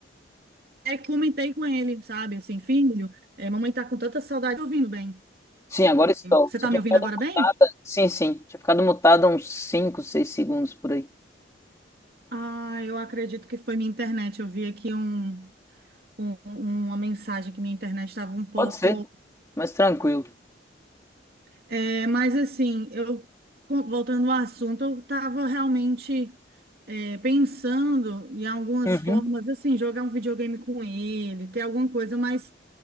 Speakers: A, on the right; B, on the left.
A: comentei com ele, sabe? Assim, filho, é, mamãe tá com tanta saudade. Tô ouvindo bem.
B: Sim, agora estou.
A: Você
B: Você
A: tá
B: tinha
A: me ouvindo
B: ficado
A: agora
B: mutada.
A: bem?
B: Sim, sim. Tinha ficado mutada uns 5 6 segundos por aí.
A: Ah, eu acredito que foi minha internet. Eu vi aqui um, um- uma mensagem que minha internet estava um pouco
B: Pode ser, mas tranquilo.
A: É, mas assim, eu co- voltando ao assunto, eu estava realmente é, pensando em algumas
B: Uhum.
A: formas, assim, jogar um videogame com ele, ter alguma coisa, mas